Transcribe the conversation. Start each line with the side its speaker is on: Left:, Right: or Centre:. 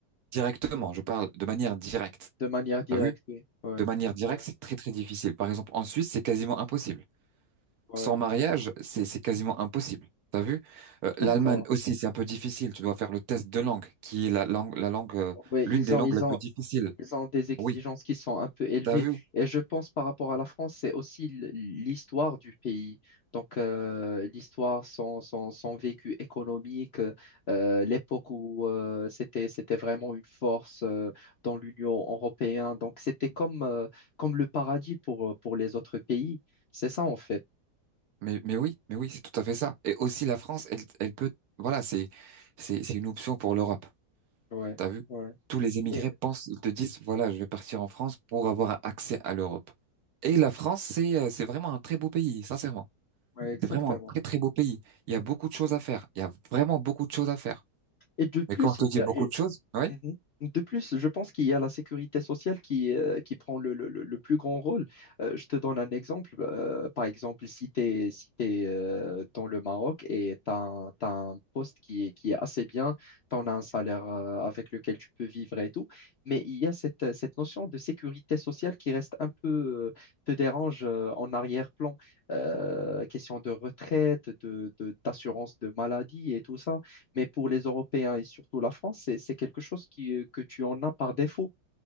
Right: directement. Je parle de manière directe.
Left: de manière directe,
Right: T'as vu?
Left: oui. Ouais,
Right: De manière directe,
Left: ouais,
Right: c'est très très difficile. Par exemple, en Suisse, c'est quasiment impossible.
Left: ouais.
Right: Sans mariage, c'est c'est quasiment impossible. T'as vu? Euh,
Left: D'accord.
Right: l'Allemagne aussi, c'est un peu difficile. Tu dois faire le test de langue, qui est la langue, la langue, euh,
Left: Ouais,
Right: l'une
Left: ils
Right: des
Left: ont,
Right: langues
Left: ils
Right: les plus
Left: ont,
Right: difficiles.
Left: Ils ont des exigences
Right: Oui,
Left: qui sont un peu élevées.
Right: t'as vu?
Left: Et je pense par rapport à la France, c'est aussi l- l'histoire du pays. Donc, euh, l'histoire, son, son, son vécu économique, euh, l'époque où euh, c'était, c'était vraiment une force euh, dans l'Union européenne. Donc, c'était comme, euh, comme le paradis pour, euh, pour les autres pays. C'est ça, en fait.
Right: Mais, mais oui, mais oui, c'est tout à fait ça. Et aussi la France, elle, elle peut, voilà, c'est, c'est, c'est une option pour l'Europe.
Left: Ouais,
Right: T'as vu?
Left: ouais.
Right: Tous les émigrés
Left: Mais-
Right: pensent, ils te disent, voilà, je vais partir en France pour avoir accès à l'Europe. Et la France, c'est, euh, c'est vraiment un très beau pays, sincèrement.
Left: ouais, exactement.
Right: C'est vraiment un très, très beau pays. Il y a beaucoup
Left: Exactement.
Right: de choses à faire. Il y a vraiment beaucoup de choses à faire.
Left: Et de plus,
Right: Mais quand je
Left: il
Right: te dis
Left: y a,
Right: beaucoup de choses, oui,
Left: Mhm. De plus, je pense qu'il y a la sécurité sociale qui, euh, qui prend le, le- le- le plus grand rôle. Euh, je te donne un exemple. Euh, par exemple, si tu es, si t'es, euh, dans le Maroc et tu as, un t'as un poste qui est, qui est assez bien, tu en as un salaire euh, avec lequel tu peux vivre et tout, mais il y a cette, cette notion de sécurité sociale qui reste un peu, euh, te dérange euh, en arrière-plan. Euh, question de retraite, de, de- d'assurance de maladie et tout ça. Mais pour les Européens et surtout la France, c'est, c'est quelque chose qui, euh, que tu en as par défaut,